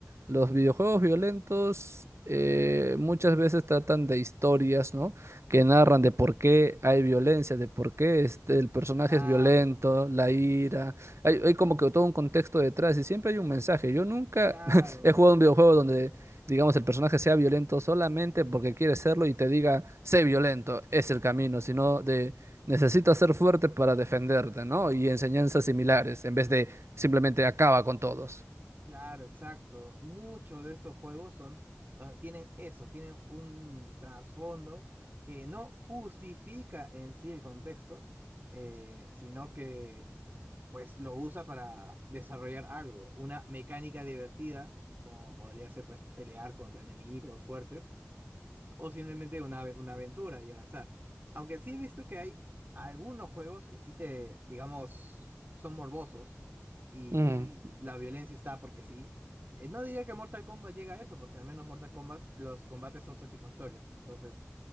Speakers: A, on the right; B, on the right.
A: Los videojuegos violentos eh, muchas veces tratan de historias, ¿no? Que narran de por qué hay violencia, de por qué este, el personaje
B: Claro,
A: es violento, la ira. Hay, hay como que todo un contexto detrás y siempre hay un mensaje. Yo nunca
B: claro.
A: <laughs> he jugado un videojuego donde, digamos, el personaje sea violento solamente porque quiere serlo y te diga, sé violento, es el camino, sino de Necesitas ser fuerte para defenderte, ¿no? Y enseñanzas similares, en vez de simplemente acaba con todos.
B: Claro, exacto. Muchos de estos juegos son, ah, tienen eso, tienen un trasfondo que no justifica en sí el contexto, eh, sino que pues lo usa para desarrollar algo, una mecánica divertida, como podría ser pues pelear contra enemigos fuertes o simplemente una, ave- una aventura y avanzar. Aunque sí he visto que hay algunos juegos que sí te, digamos, son morbosos y
A: Mm,
B: la violencia está porque sí. Eh, No diría que Mortal Kombat llega a eso, porque al menos Mortal Kombat los combates son satisfactorios. Entonces,